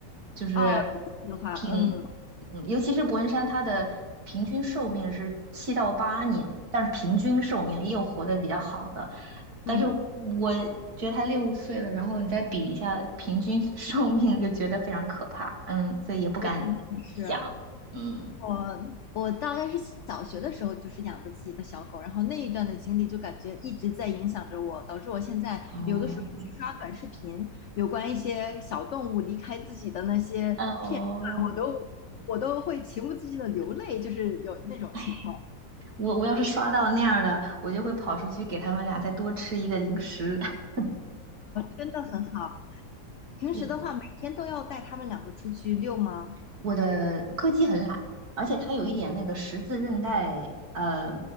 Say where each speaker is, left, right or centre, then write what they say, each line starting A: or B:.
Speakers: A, on the right; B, on the left.
A: 就是
B: 哦，这个的话，
A: 挺，
B: 嗯
A: 嗯，尤其是伯恩山，他的平均寿命是七到八年，但是平均寿命也有活得比较好的，但是我觉得他六岁了，
B: 嗯，
A: 然后你再比一下平均 <laughs> 寿命，就觉得非常可怕，嗯，所以也不敢想，
B: 我也是。
A: 嗯，
B: 我我大概是小学的时候就是养的自己的小狗，然后那一段的经历就感觉一直在影响着我，导致我现在有的时候去刷短视频，
A: 哦，
B: 有关一些小动物离开自己的那些片段，
A: 嗯哦。
B: 我都我都会情不自禁的流泪，就是有那种情况，
A: 哎我我要是刷到那样的，我就会跑出去给他们俩再多吃一个零食。<laughs>
B: 真的很好。平时的话，
A: 嗯。
B: 每天都要带他们两个出去遛吗？
A: 我的柯基很懒，而且它有一点那个十字韧带呃